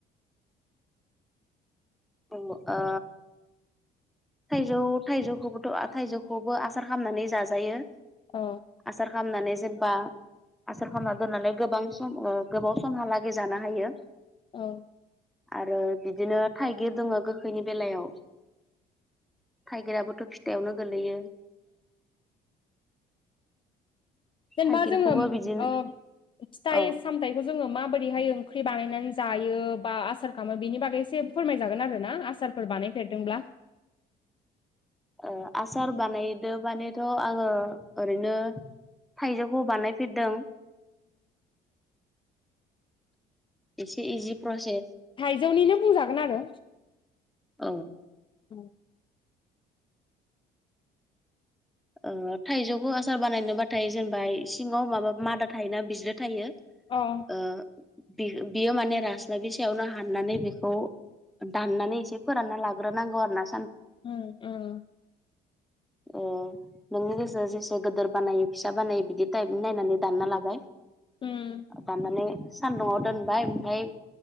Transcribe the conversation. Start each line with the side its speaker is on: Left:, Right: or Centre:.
Centre: उम ओ थाइजौ थाइजौखौबोथ' थाइजौखौबो आसार खालामनानै जाजायो।
Left: औ
Centre: आसार खालामनानै जेनेबा आसार खालामना दोननानै गोबां सम ओ गोबाव समहालागै जानो हायो
Left: औ
Centre: आरो बिदिनो थाइगिर दङ' गोखैनि बेलायाव थाइगिराबोथ' फिथाइआवनो गोलैयो
Left: जेनेबा
Centre: थाइगिरखौबो
Left: जोङो उम
Centre: बिदिनो
Left: ओ फिथाइ
Centre: औ
Left: सामथाइखौ जोङो माबोरै हाय ओंख्रि ओंख्रि बानायनानै जायो बा आसार खालामो बिनि बागै एसे फोरमायजागोन आरो ना आसारफोर बानायफेरदोंब्ला
Centre: ओ आसार बानायदो मानेथ' आङो ओरैनो थाइजौखौ बानायफेरदों एसे इजि प्रसे
Left: थाइजौनिनो बुंजागोन आरो
Centre: औ
Left: औ
Centre: ओ थाइजौखौ आसार बानायनोबाथाय जेनेबा सिङाव माबा मादा थायोना बिज्रो थायो
Left: अ
Centre: ओ बि बियो माने रास्लाबि सायावनो हाननानै बेखौ दाननानै एसे फोरानना लाग्रोनांगौ आरो ना
Left: उम उम
Centre: अ नोंनि गोसो जेसे गोदोर बानायो फिसा बानायो बिदि टाइपनि नायनानै दानना लाबाय
Left: उम
Centre: दाननानै सान्दुङाव दोनबाय ओमफ्राय